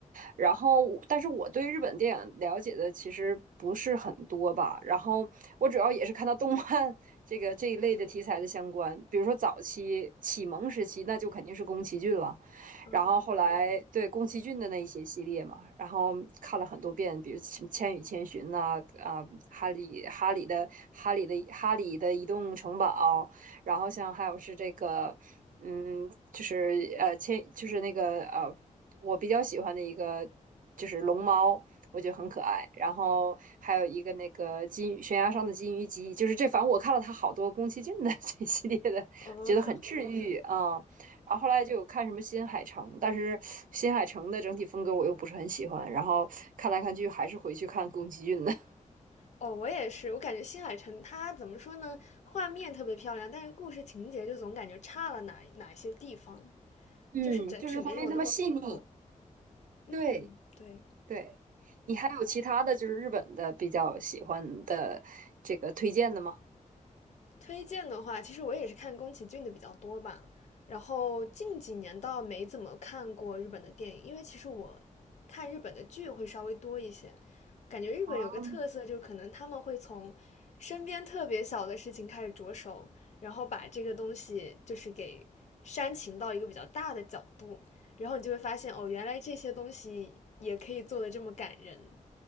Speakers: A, on the right; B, on the left.
A: 然后，但是我对日本电影了解的其实不是很多吧。然后我主要也是看到动漫这个这一类的题材的相关，比如说早期启蒙时期，那就肯定是宫崎骏了。
B: 嗯，
A: 然后后来对宫崎骏的那一些系列嘛，然后看了很多遍，比如什么《千与千寻》呐，啊，哈利哈利的哈利的哈利的移动城堡，然后像还有是这个，嗯，就是呃千就是那个呃，我比较喜欢的一个就是龙猫。我觉得很可爱，然后还有一个那个金鱼悬崖上的金鱼姬，就是这，反正我看了他好多宫崎骏的 <laughs> 这系列的，
B: 哦，
A: 觉得很治愈啊、
B: <laughs>
A: 然后后来就有看什么新海诚，但是新海诚的整体风格我又不是很喜欢，然后看来看去还是回去看宫崎骏的。<laughs>
B: 哦，我也是，我感觉新海诚他怎么说呢？画面特别漂亮，但是故事情节就总感觉差了哪哪些地方，
A: 嗯，
B: 就是整体没有那么丰富。
A: 就是他没那么细腻。
B: 嗯，
A: 对
B: 对。
A: 对，你还有其他的就是日本的比较喜欢的这个推荐的吗？
B: 推荐的话，其实我也是看宫崎骏的比较多吧。然后近几年倒没怎么看过日本的电影，因为其实我看日本的剧会稍微多一些。感觉日本有个特色，
A: 啊，
B: 就可能他们会从身边特别小的事情开始着手，然后把这个东西就是给煽情到一个比较大的角度，然后你就会发现，哦，原来这些东西也可以做的这么感人。